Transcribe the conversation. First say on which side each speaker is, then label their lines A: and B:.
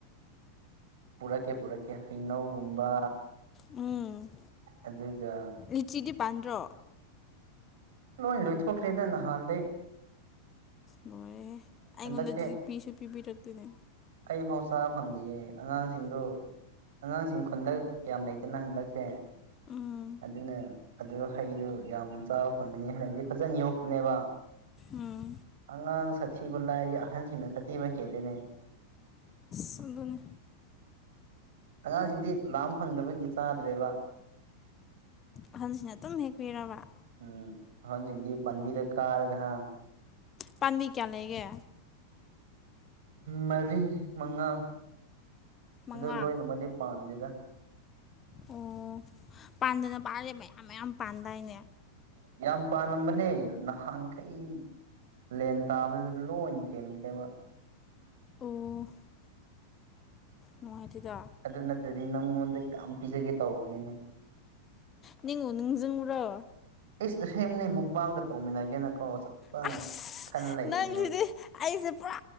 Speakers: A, on the right; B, on the left.
A: ꯄꯨꯔꯛꯀꯦ ꯄꯨꯔꯛꯀꯦ ꯍꯩꯅꯧꯒꯨꯝꯕ
B: ꯎꯝ
A: ꯑꯗꯨꯒ
B: ꯂꯤꯆꯤꯗꯤ ꯄꯥꯟꯗ꯭ꯔꯣ
A: ꯂꯣꯏ ꯂꯣꯏꯊꯣꯛꯈ꯭ꯔꯦꯗ ꯅꯍꯥꯟꯗꯩ
B: ꯂꯣꯏꯣꯔꯦ ꯑꯩꯉꯣꯟꯗꯗꯤ
A: ꯍꯟꯗꯛꯁꯦ
B: ꯄꯤꯁꯨ ꯄꯤꯕꯤꯔꯛꯇꯦꯅꯦ
A: ꯑꯩꯐꯥꯎ ꯆꯥꯕ ꯐꯪꯗꯦꯌꯦ ꯑꯉꯥꯡꯁꯤꯡꯗꯣ ꯑꯉꯥꯡꯁꯤꯡ ꯈꯨꯣꯟꯗꯛ ꯀꯌꯥꯝ ꯂꯩꯇꯦꯅ ꯍꯟꯗꯛꯁꯦ
B: ꯎꯝ
A: ꯑꯗꯨꯅ ꯑꯗꯨ ꯍꯩꯗꯨꯣ ꯌꯥꯝ ꯆꯥꯕ ꯐꯪꯒꯅꯤ ꯍꯥꯏꯅꯗꯤ ꯐꯖꯅ ꯌꯣꯛꯄꯅꯦꯕ
B: ꯎꯝ
A: ꯑꯉꯥꯡ ꯁꯥꯊꯤꯕ ꯂꯥꯏꯔꯤ ꯑꯍꯟꯁꯤꯡꯅ ꯁꯥꯊꯤꯕ ꯍꯦꯜꯂꯤꯅꯤ
B: ꯁꯗꯅꯤ
A: ꯑꯉꯥꯡꯁꯤꯡꯗꯤ ꯂꯥꯝ ꯐꯪꯗꯕꯒꯤ ꯆꯥꯗ꯭ꯔꯦꯕ
B: ꯑꯍꯟꯁꯤꯅ ꯑꯗꯨꯝ ꯍꯦꯛꯄꯤꯔꯕ
A: ꯎꯝ ꯍꯟꯁꯤꯡꯗꯤ ꯄꯟꯕꯤꯗ ꯀꯥꯔꯒ ꯍꯥ
B: ꯄꯥꯝꯕꯤ ꯀꯌꯥ ꯂꯩꯒꯦ
A: ꯃꯔꯤ ꯃꯉꯥ
B: ꯃꯉꯥ
A: ꯑꯗꯨ ꯂꯣꯏꯅꯃꯗꯤ ꯄꯥꯟꯗꯦꯗ
B: ꯑꯣ ꯄꯥꯟꯗꯅ ꯄꯥꯂ ꯂꯦ ꯃꯌꯥꯝ ꯃꯌꯥꯝ ꯄꯥꯟꯗꯥꯏꯅꯦ
A: ꯌꯥꯝ ꯄꯥꯝꯂꯝꯝꯕꯅꯦ ꯅꯍꯥꯟꯈꯩ ꯂꯦꯟ ꯇꯥꯕꯗ ꯂꯣꯏ ꯀꯦꯟꯈ꯭ꯔꯦꯕ
B: ꯑꯣ ꯅꯨꯡꯉꯥꯏꯇꯗ
A: ꯑꯗꯨ ꯅꯠꯇꯗꯤ ꯅꯪꯉꯣꯟꯗ ꯌꯥꯝ ꯄꯤꯖꯒꯦ ꯇꯧꯕꯅꯤꯅꯦ
B: ꯅꯤꯡꯉꯣ ꯅꯖꯕꯔꯣ
A: ꯑꯦ ꯑꯁꯅꯦ ꯃꯨꯛꯕꯥꯡꯒ ꯇꯧꯃꯤꯟꯅꯒꯦꯅꯀꯣ ꯆꯞ ꯆꯥꯅ
B: ꯑꯁ
A: ꯈꯟ ꯂꯩꯕꯅꯦꯕ
B: ꯅꯪꯁꯤꯗꯤ ꯑꯩꯁꯦ ꯄꯨꯔꯥ